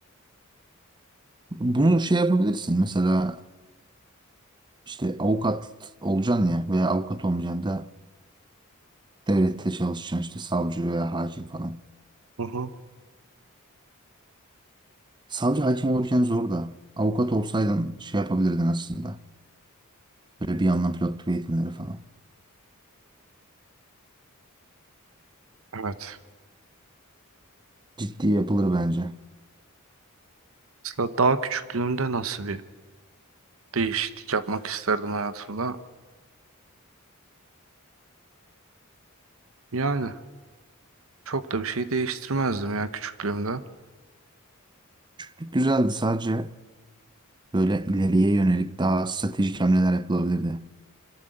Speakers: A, on the right (about 20°); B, on the right (about 70°).
A: Bunu şey yapabilirsin. Mesela işte avukat olacaksın ya veya avukat olmayacaksın da devlette çalışacaksın işte savcı veya hakim falan.
B: Hı hı.
A: Savcı hakim olurken zor da. Avukat olsaydın şey yapabilirdin aslında. Böyle bir yandan pilotluk eğitimleri falan.
B: Evet.
A: Ciddi yapılır bence.
B: Mesela daha küçüklüğümde nasıl bir değişiklik yapmak isterdim hayatımda? Yani çok da bir şey değiştirmezdim ya küçüklüğümde.
A: Güzeldi sadece böyle ileriye yönelik daha stratejik hamleler yapılabilirdi.